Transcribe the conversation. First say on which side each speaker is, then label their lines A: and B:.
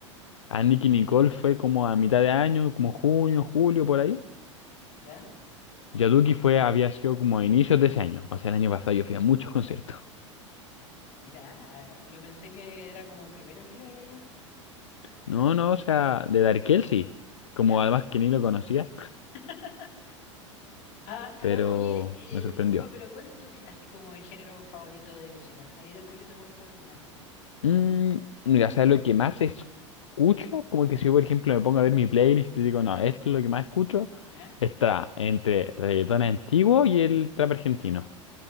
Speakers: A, on the left; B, on the left.
A: A Nicky Nicole fue como a mitad de año, como junio, julio, por ahí.
B: ya.
A: Yaduki fue, había sido como a inicios de ese año, o sea, el año pasado yo fui a muchos conciertos. <laughs>
B: Mira, ah, yo pensé que era como el primero que iba ahí ayer.
A: No, no, o sea, de Darkel sí, como
B: Ya.
A: además que ni lo conocía,
B: <laughs> Ah, pero
A: pero
B: oye, eh,
A: me sorprendió.
B: disculpa, pero ¿cuál es tu, gé- así como el género favorito de música? Ahí después yo te cuento el mío.
A: Mm, mira, ¿sabes lo que más escucho? Como que si yo, por ejemplo, me pongo a ver mi playlist y digo, no, esto es lo que más escucho,
B: ¿Ya?
A: está entre reggaetón antiguo y el trap argentino.